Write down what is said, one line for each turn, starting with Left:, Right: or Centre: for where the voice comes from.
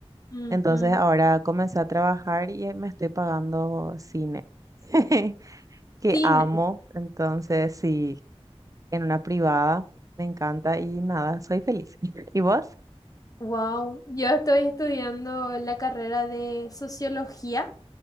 Left: Ujú.
Right: Entonces ahora comencé a trabajar y eh, me estoy pagando cine. <laughs> que
Left: Cine.
Right: amo. Entonces, sí, en una privada me encanta y nada, soy feliz. <laughs> ¿Y vos?
Left: Wow. Yo estoy estudiando la carrera de sociología